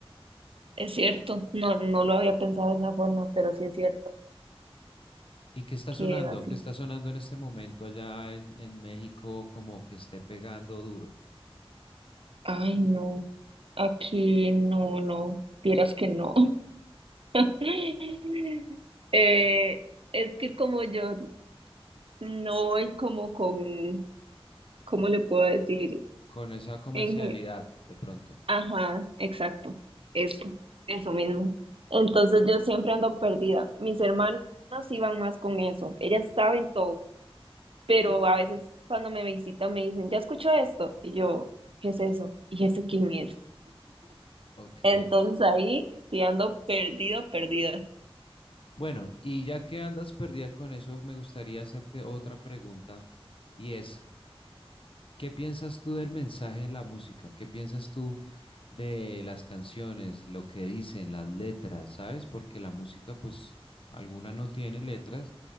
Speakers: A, on the right (about 60°); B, on the left (about 60°).
A: Es cierto, no, no lo había pensado de esa forma, pero sí es cierto
B: ¿Y qué está
A: que
B: sonando?
A: era así.
B: ¿Qué está sonando en este momento allá en, en México como que esté pegando duro?
A: Ay, no, aquí no, no, vieras que no. <laughs> Eh, es que como yo no voy como con, ¿cómo le puedo decir?
B: Con esa comercialidad,
A: En, ge-
B: de pronto.
A: ajá, exacto, eso, eso mismo. Entonces yo siempre ando perdida. Mis hermanas iban más con eso, ellas saben todo pero
B: Y
A: a veces cuando me visitan me dicen, ya escucho esto, y yo, ¿qué es eso? ¿Y ese quién es?
B: Ok,
A: Entonces ahí sí ando perdido, perdida.
B: Bueno, y ya que andas perdida con eso, me gustaría hacerte otra pregunta y es, ¿Qué piensas tú del mensaje en la música? ¿Qué piensas tú de las canciones, lo que dicen, las letras, ¿sabes? Porque la música, pues, alguna no tiene letras,